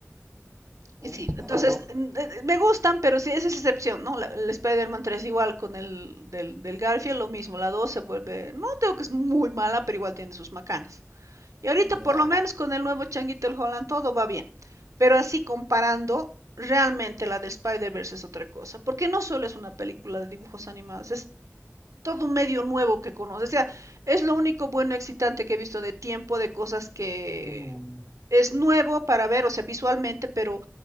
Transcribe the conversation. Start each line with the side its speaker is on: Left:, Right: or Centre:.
Centre: Puta,
Right: y Sí, entonces
Centre: no, pues,
Right: ¿no? me gustan, pero sí, esa es excepción, ¿no? La, el Spider-Man 3 igual con el del, del, Garfield, lo mismo, la 2 se vuelve, no digo que es muy mala, pero igual tiene sus macanas. Y ahorita
Centre: ya.
Right: por lo menos con el nuevo changuito el Holland todo va bien, pero así comparando, realmente la del Spider-Verse es otra cosa, porque no solo es una película de dibujos animados, es todo un medio nuevo que conoces, o sea, es lo único bueno excitante que he visto de tiempo, de cosas que
Centre: No,
Right: es nuevo para ver, o sea, visualmente, pero